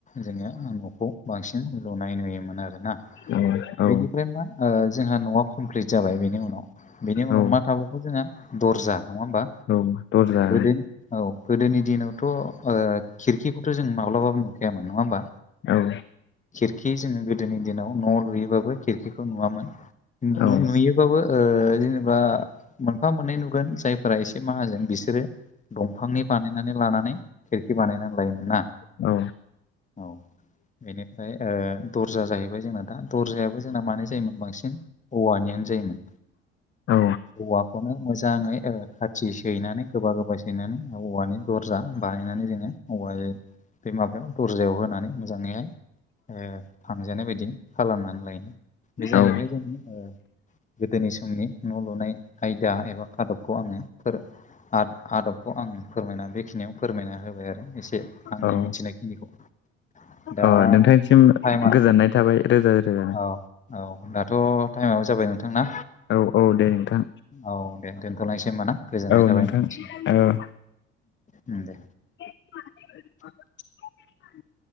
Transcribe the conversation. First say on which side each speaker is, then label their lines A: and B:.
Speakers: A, on the left; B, on the left.
A: जोङो न'खौ बांसिन लुनाय नुयोमोन आरोना
B: औ औ
A: बेनिफ्राय मा ओ जोंहा न'आ कमप्लिट जाबाय बेनि उनाव बेनि उनाव
B: औ
A: मा थाबावखौ जोंहा दर्जा नङा होमबा
B: औ दरजा
A: गोदोनि औ गोदोनि दिनावथ' ओ खिरखिखौथ' जों माब्लाबाबो नुखायामोन नङाहोमबा?
B: औ
A: खिरखि जोङो गोदोनि दिनाव न' लुयोबाबो खिरखिखौ नुवामोन लु
B: औ
A: नुयो बाबो ओ जेनेबा मोनफा मोननै नुगोन जायफोरा एसे माहाजोन बिसोरो दंफांनि बानायनानै लानानै खिरखि बानायनानै लायोमोन ना
B: औ।
A: औ बेनिफ्राय ओ दर्जा जाहैबाय जोंना दा दर्जायाबो जोंना मानि नि जायोमोन बांसिन औवानियानो जायोमोन
B: औ
A: औवखौनो मो मोजाङै खाथि सैनानै गोबा गोबा सैनानै औवानि दरजा बानायनानै जोङो औवा बे माबायाव दरजायाव होनानै मोजाङैहाय ओ फांजानाय बायदि खालामनानै लायोन बे जाहैबाय
B: औ
A: जोंनि ओ गोदोनि समनि न' लुनाय आयदा एबा आदबखौ आङो फोर आं आदबखौ आं फोरमायना बेखिनियाव फोरमायना होबाय आरो एसे
B: औ।
A: बिनिखौ दा
B: अ नोंथांनिसिम
A: नों टाइमा
B: गोजोननाय थाबाय रोजा रोजा
A: औ औ दाथ टाइमआबो जाबाय नोंथांना?
B: औ औ दे नोंथां
A: औ दे दोनथ'नायसै होमबाथ ना गोजोननाय
B: औ
A: थाबाय
B: नोंथां
A: नोंथांनिसिम
B: औ
A: ओं दे
B: <unintelligible>